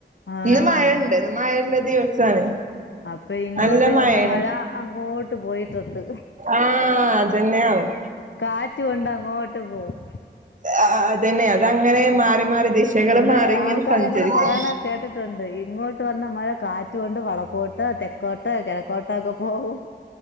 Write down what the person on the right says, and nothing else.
ഇന്ന് മഴണ്ട് ഇന്ന് മഴല്ല ദിവസാണ്
നല്ല മഴയാണ്
ആഹ് അതന്നെ ആവും
ആഹ്,, അതന്നെ അതങ്ങനെ മാറി മാറി ദിശകള്
മാറിങ്ങനെ
സഞ്ചരിക്കും